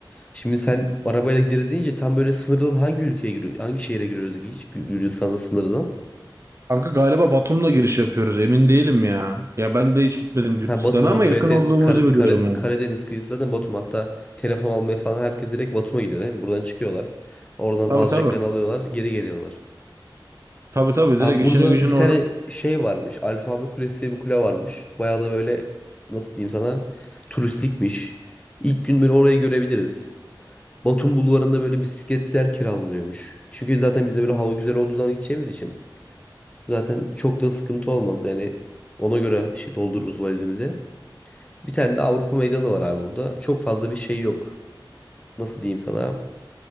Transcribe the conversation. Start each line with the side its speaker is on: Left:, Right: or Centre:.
Left: Şimdi sen arabayla gideriz deyince tam böyle sınırdan hangi ülkeye giriyor, hangi şehre giriyoruz ilginç Gür- Gürcistan'da sınırdan.
Right: kanka galiba Batum'la giriş yapıyoruz emin değilim ya. Ya ben de hiç gitmedim Gürcistan'a
Left: Ha Batum, Batum
Right: ama yakın
Left: evet
Right: olduğumuzu
Left: evet Kar
Right: biliyorum
Left: Kar
Right: yani.
Left: Karadeniz kıyısı zaten Batum. Hatta telefon almaya falan herkes direkt Batum'a gidiyor değil mi? Buradan çıkıyorlar. Oradan
Right: Tabii
Left: alacaklarını
Right: tabii.
Left: alıyorlar, geri geliyorlar.
Right: Tabii tabii
Left: Abi
Right: direkt işini
Left: burada
Right: gücünü
Left: bir tane
Right: orada
Left: şey varmış. Alfabe Kulesi diye bir kule varmış. Bayağı da böyle nasıl diyeyim sana turistikmiş. İlk gün böyle orayı görebiliriz. Batum Bulvarı'nda böyle bisikletler kiralanıyormuş. Çünkü zaten biz de böyle hava güzel olduğu zaman gideceğimiz için. Zaten çok da sıkıntı olmaz yani. Ona göre şey doldururuz valizimizi. Bir tane de Avrupa Meydanı var abi burada. Çok fazla bir şey yok. Nasıl diyeyim sana?